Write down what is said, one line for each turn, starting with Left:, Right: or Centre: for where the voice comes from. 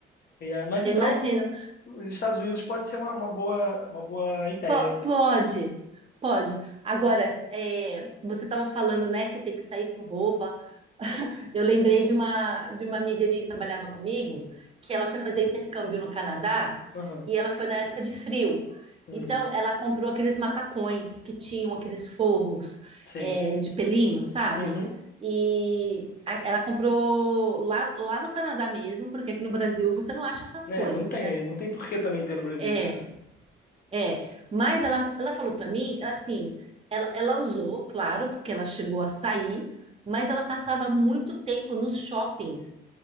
Left: E, é, mas
Right: Eu
Left: então.
Right: imagino.
Left: Os Estados Unidos pode ser uma, uma boa, uma boa ideia.
Right: Po- Pode, pode. Agora, é, você estava falando, né, que tem que sair com roupa. <laughs> Eu lembrei de uma, de uma amiga minha que trabalhava comigo, que ela foi fazer intercâmbio no Canadá
Left: Aham.
Right: e ela foi na época de frio.
Left: Uhum.
Right: Então, ela comprou aqueles macacões que tinham aqueles forros,
Left: Sei.
Right: é, de pelinho, sabe?
Left: Uhum.
Right: E a- ela comprou lá, lá no Canadá mesmo, porque aqui no Brasil você não acha essas
Left: É,
Right: coisas,
Left: não tem,
Right: né?
Left: não tem por que também ter no Brasil
Right: É,
Left: isso.
Right: é, mas ela, ela falou pra mim, ela, assim, ela, ela usou, claro, porque ela chegou a sair, mas ela passava muito tempo nos shoppings.